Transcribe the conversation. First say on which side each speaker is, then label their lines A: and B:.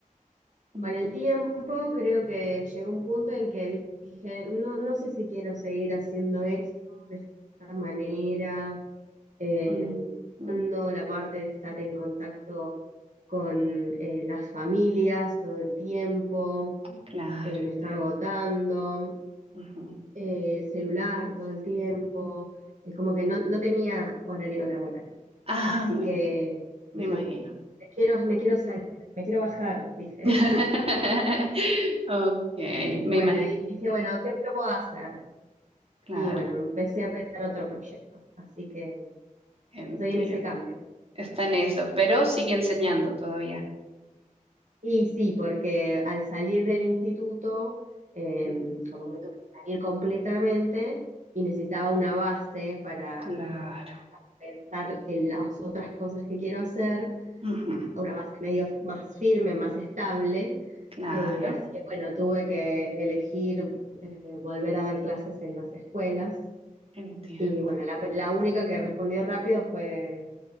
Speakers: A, on the right (about 45°); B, on the right (about 60°).
A: Ujú,
B: con el tiempo creo que llegó un punto en que dije, no, no sé si quiero seguir haciendo esto de esta manera, eh,
A: ujú, ujú.
B: dando la parte de estar en contacto con eh, las familias todo el tiempo,
A: Claro,
B: eh, me
A: entiendo.
B: estaba agotando,
A: Ujú.
B: eh, el celular todo el tiempo, es como que no, no tenía horario laboral.
A: Ah,
B: Así
A: me,
B: que
A: ima- me
B: dije,
A: imagino.
B: "Bueno, me quiero, me quiero salir, me quiero bajar, dije.
A: <laughs> Ok, me
B: Bueno,
A: imagino.
B: y dije, bueno, ¿qué, qué puedo hacer?
A: Claro,
B: Y bueno, empecé a pensar otro proyecto, así que
A: entiendo.
B: estoy en ese cambio.
A: Está en eso, pero sigue enseñando todavía.
B: Y sí, porque al salir del instituto, eh,
A: Ujú.
B: como que me tuve que salir completamente y necesitaba una base para
A: Claro,
B: pensar en las otras cosas que quiero hacer,
A: ujú,
B: una base medio más firme, más estable.
A: Claro,
B: Eh, así que bueno, tuve que elegir eh, volver a dar clases en las escuelas
A: entiendo.
B: Y bueno, la, la única que respondió rápido fue